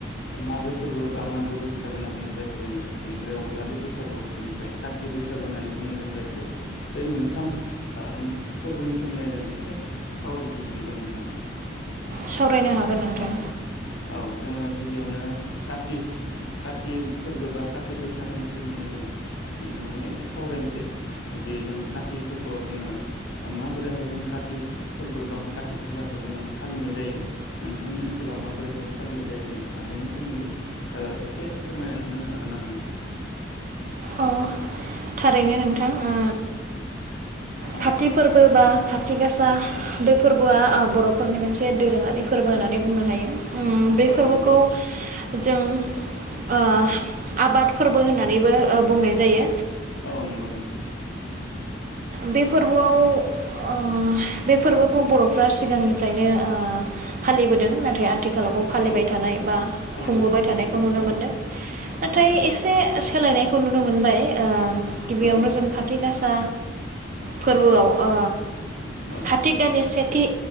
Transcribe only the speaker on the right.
सावरायनो हागोन नोंथां
अ थारैनो नोंथां ओ
खाथि फोरबो बा खाथि गासा बे फोरबोआ बरफोरनि मोनसे दोरोङारि फोरबो होननानै बुंनो हायो उम बे
फोरबोखौ
जों ओ आबाद फोरबो होननानैबो ओ बुंनाय जायो
बे फोरबोआव ओ बे फोरबोखौ बरफ्रा सिगांनिफ्रायनो ओ फालिबोदों नाथाय आ थिखालावबो फालिबाय
थानाय बा
खुंबोबाय
थानायखौ
नुनो
मोनदों नाथाय
एसे सोलायनायखौ नुनो मोनबाय ओ गिबियावनो
जों खाथि गासा फोरबोआव ओ
काथिक दानि से थि